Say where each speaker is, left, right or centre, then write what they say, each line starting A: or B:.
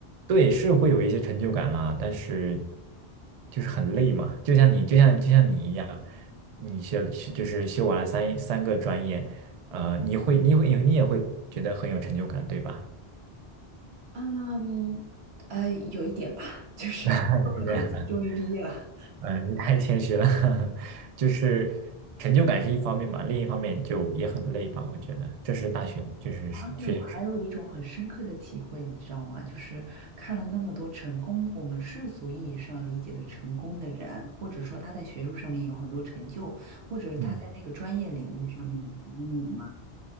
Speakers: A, on the right; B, on the right.
A: 对，是会有一些成就感啦，但是就是很累嘛，就像你，就像就像你一样，你学是就是修完了三三个专业，呃，你会你会你也会觉得很有成就感，对吧？
B: 嗯，呃，有一点吧，就是松了口气，
A: <laughs>
B: 终于毕业了。
A: 嗯、呃你太谦虚了，<laughs> 就是成就感是一方面嘛，另一方面就也很累吧，我觉得这是大学就是学生生
B: 而且我还有一种很深刻的体会，你知道吗？就是看了那么多成功，我们世俗意义上理解的成功的人，或者说他在学术上面有很多成就，或者是他在那个专业领域上面很成功的人嘛，
A: 嗯